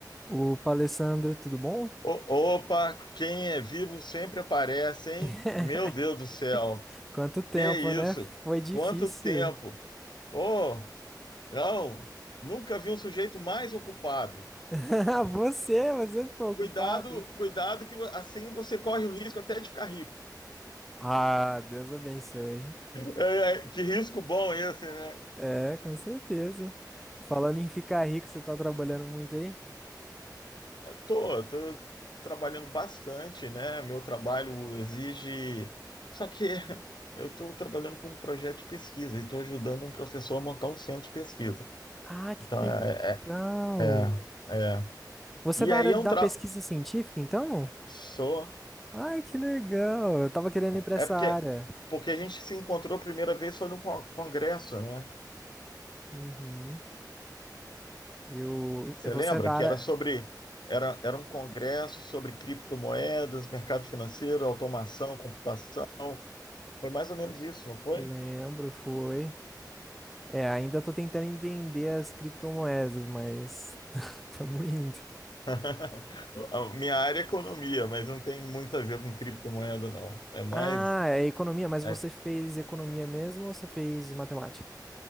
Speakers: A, in the centre; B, on the left.
A: Opa, Alessandro, tudo bom?
B: O- Opa, quem é vivo sempre aparece, hein?
A: <laughs>
B: Meu Deus do céu,
A: Quanto tempo,
B: que isso?
A: né? Foi difícil.
B: Quanto tempo! Oh, não, nunca vi um sujeito mais ocupado.
A: <laughs> Você, você ficou ocupado.
B: Cuidado, cuidado que assim você corre o risco até de ficar rico.
A: Ah, Deus abençoe.
B: É, é, que risco bom esse, né?
A: É, com certeza. Falando em ficar rico, você tá trabalhando muito aí?
B: Tô, tô, trabalhando bastante, né? Meu trabalho exige. Só que <laughs> eu estou trabalhando com um projeto de pesquisa e estou ajudando um professor a montar um centro de pesquisa.
A: Ah, que
B: Então, é,
A: legal.
B: é É, é.
A: Você
B: E
A: é da
B: aí
A: área
B: é
A: da
B: um tra...
A: pesquisa científica, então?
B: Sou.
A: Ai, que legal. Eu tava querendo ir pra
B: É
A: essa
B: porque,
A: área.
B: porque a gente se encontrou a primeira vez foi no con- congresso, né?
A: Uhum. E o-
B: Você
A: você
B: lembra
A: é da
B: que
A: área.
B: era sobre era, era um congresso sobre criptomoedas, mercado financeiro, automação, computação. Foi mais ou menos isso, não foi?
A: Lembro, foi. É, ainda tô tentando entender as criptomoedas, mas <laughs> tamo indo.
B: <laughs> A minha área é economia, mas não tem muito a ver com criptomoeda, não. É mais
A: Ah, é economia, mas você
B: é,
A: fez economia mesmo ou você fez matemática?